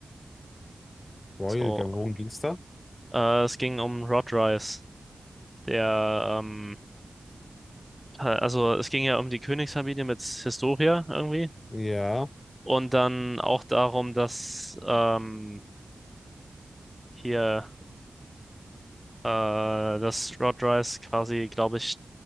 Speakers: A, on the left; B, in the centre.
A: Royal
B: So,
A: Gavon ging's da?
B: äh, es ging um Rodrice, der, ähm, also es ging ja um die Königsfamilie mit Historia irgendwie.
A: Ja.
B: Und dann auch darum, dass ähm, hier äh, dass Rodrice quasi, glaube ich,